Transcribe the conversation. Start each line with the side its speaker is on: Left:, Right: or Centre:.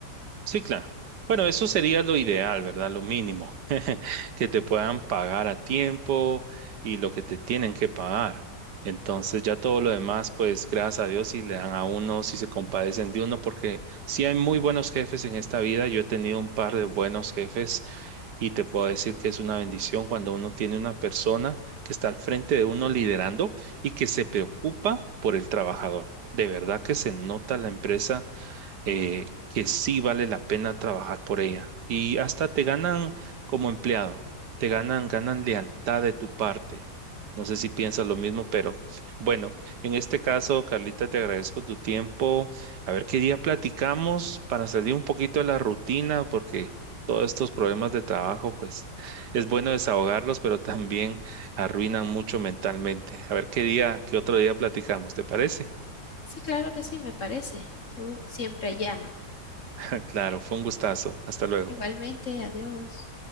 Right: Sí, claro. Bueno, eso sería lo ideal, ¿verdad? Lo mínimo, <laughs> que te puedan pagar a tiempo y lo que te tienen que pagar. Entonces ya todo lo demás, pues gracias a Dios si le dan a uno, si se compadecen de uno, porque sí hay muy buenos jefes en esta vida. Yo he tenido un par de buenos jefes y te puedo decir que es una bendición cuando uno tiene una persona que está al frente de uno liderando y que se preocupa por el trabajador. De verdad que se nota la empresa eh, que sí vale la pena trabajar por ella. Y hasta te ganan como empleado, te ganan, ganan lealtad de tu parte. No sé si piensas lo mismo, pero bueno, en este caso, Carlita, te agradezco tu tiempo. A ver qué día platicamos para salir un poquito de la rutina, porque todos estos problemas de trabajo, pues es bueno desahogarlos, pero también arruinan mucho mentalmente. A ver qué día, qué otro día platicamos, ¿te parece?
Left: Sí, claro que sí, me parece. Tú siempre llámame.
Right: <laughs> Claro, fue un gustazo. Hasta luego.
Left: Igualmente, adiós.